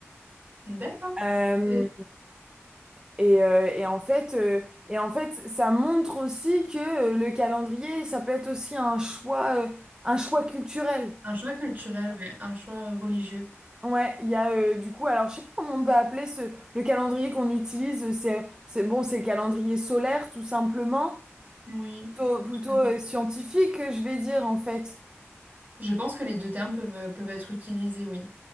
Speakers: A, on the right; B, on the right.
A: D'accord.
B: Euh,
A: Et-
B: et, euh, et en fait, euh, et en fait, ça montre aussi que euh, le calendrier, ça peut être aussi un choix, euh, un choix culturel.
A: Un choix culturel, ouais, un choix religieux.
B: Ouais, il y a euh, du coup, alors je sais plus comment on peut appeler ce le calendrier qu'on utilise, c'est c'est bon, c'est le calendrier solaire tout simplement,
A: Oui.
B: plutôt, plutôt
A: tout à
B: euh,
A: fait.
B: scientifique, je vais dire en fait.
A: Je pense que les deux termes peuvent, peuvent être utilisés, oui.